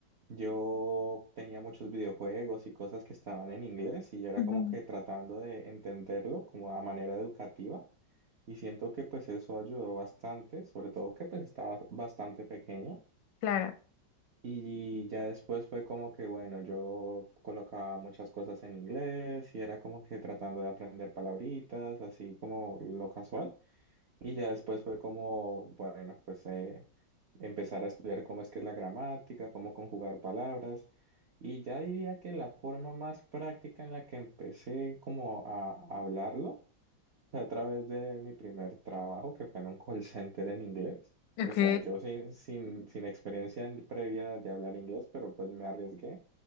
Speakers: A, on the right; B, on the left.
A: yo tenía muchos videojuegos y cosas que estaban en inglés y yo era
B: Ujú.
A: como que tratando de entenderlo como a manera educativa y siento que pues eso ayudó bastante, sobre todo que pues estaba bastante pequeño
B: Clara.
A: y ya después fue como que bueno, yo colocaba muchas cosas en inglés y era como que tratando de aprender palabritas, así como lo casual. Y ya después fue como, bueno, pues eh, empezar a estudiar cómo es que es la gramática, cómo conjugar palabras. Y ya diría que la forma más práctica en la que empecé como a hablarlo fue a través de mi primer trabajo, que fue en un call center en inglés.
B: Ok,
A: O sea, yo sin, sin, sin experiencia en- previa de hablar inglés, pero pues me arriesgué